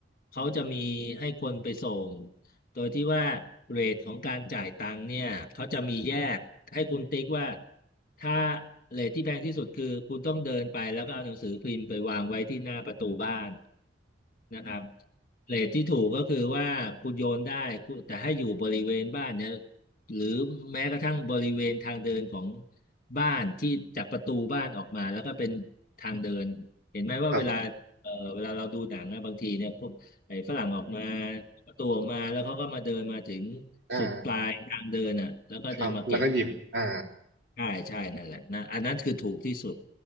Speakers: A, on the left; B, on the right.
A: เขาจะมีให้คนไปส่งโดยที่ว่าเรทของการจ่ายตังค์เนี่ยเขาจะมีแยกให้คุณติ๊กว่า ถ้าเลทที่แพงที่สุดคือคุณต้องเดินไปแล้วก็เอาหนังสือพิมพ์ไปวางไว้ที่หน้าประตูบ้านนะครับเรทที่ถูกก็คือว่าคุณโยนได้คุณแต่ให้อยู่บริเวณบ้านเนี่ยหรือแม้กระทั่งบริเวณทางเดินของบ้านที่จากประตูบ้านออกมาแล้วก็เป็นทางเดินเห็นไหมว่าเวลาเอ่อเวลาเราดูหนังอะบางทีเนี่ยพวกไอ้ฝรั่งออกมา
B: ครับ
A: ประตูออกมาแล้วเขาก็มาเดินมาถึง
B: อ่า
A: สุดปลายทางเดินอ่ะแล้วก็จะมาเก็บ
B: ครับแล้วก็หยิบอ่า
A: ใช่ใช่นั่นแหละนะอันนั้นคือถูกที่สุด